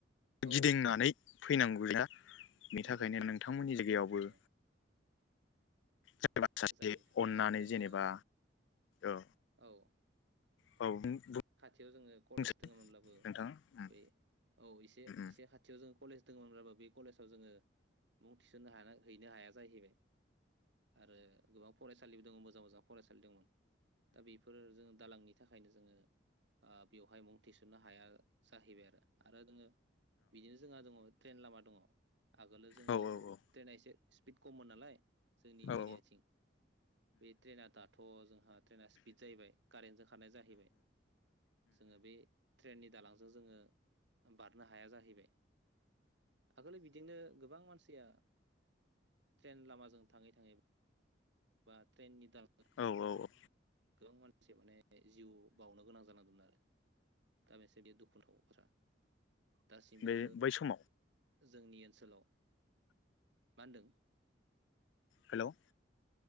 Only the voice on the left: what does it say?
गिदिंनानै फैनांगुया बिनि
थाखायनो नोंथांमोननि
जायगायावबो
सोरबा सासे
अन्नानै
जेनेबा औ।
औ। <unintelligible>
बुंसै
नोंथाङा
औ
औ औ
औ
औ औ
बे बै समाव
हेलौ